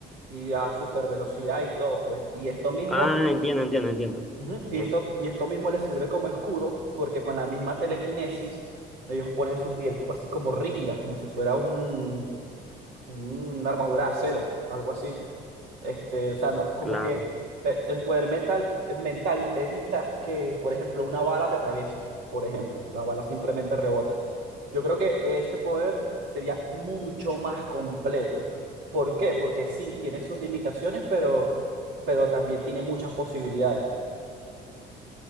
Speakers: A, on the right (about 80°); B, in the centre.
A: Y a super velocidad y todo, pues. Y esto mismo,
B: Ah,
A: le-
B: entiendo, entiendo, entiendo.
A: Ujú, y
B: Ent-
A: esto, y esto mismo les sirve como escudo porque con la misma telequinesis ellos ponen su piel co- así como rígida, como si fuera un una armadura de acero, algo así. Este, o sea, no, como
B: claro.
A: que eh, el poder metal, eh, mental evita que, por ejemplo, una bala te atraviese. Por ejemplo, la bala simplemente rebota. Yo creo que este poder sería mucho más completo. ¿Por qué? Porque sí, tiene sus limitaciones, pero, pero también tiene muchas posibilidades.